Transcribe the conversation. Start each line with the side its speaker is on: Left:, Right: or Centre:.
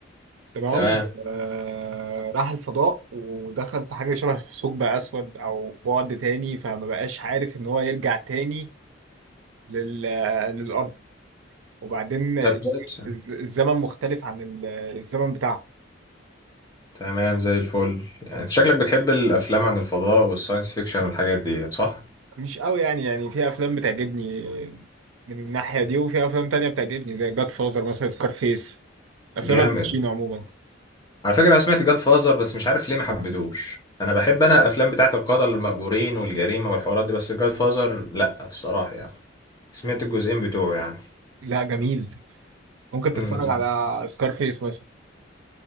Right: تمام
Left: تمام
Right: آه راح الفضاء ودخل في حاجة شبه ثقب أسود أو بعد تاني فما بقاش عارف إن هو يرجع تاني لل... للأرض وبعدين الز-
Left: طب كويس
Right: الز- الزمن مختلف عن ال- الزمن بتاعه
Left: تمام زي الفل يعني انت شكلك بتحب الافلام عن الفضاء والساينس فيكشن والحاجات دي صح
Right: مش قوي يعني يعني في أفلام بتعجبني من الناحية دي وفي أفلام تانية بتعجبني زي جاد فازر مثلا سكارفيس أفلام
Left: جامد
Right: الباتشينو عموما
Left: على فكره انا سمعت جاد فازر بس مش عارف ليه ما حبيتوش انا بحب انا الافلام بتاعه القتل المأجورين والجريمه والحوارات دي بس جاد فازر لا الصراحه يعني سمعت الجزئين بتوعه يعني
Right: لا جميل ممكن
Left: مم.
Right: تتفرج على سكارفيس مثلا